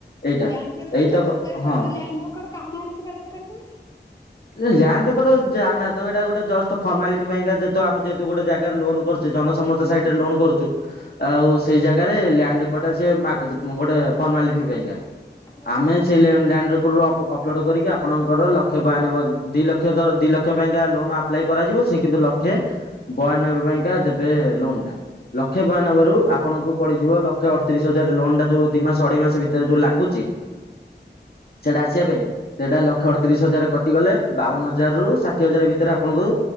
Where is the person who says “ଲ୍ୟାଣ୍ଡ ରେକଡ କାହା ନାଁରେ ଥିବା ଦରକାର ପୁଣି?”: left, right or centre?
Left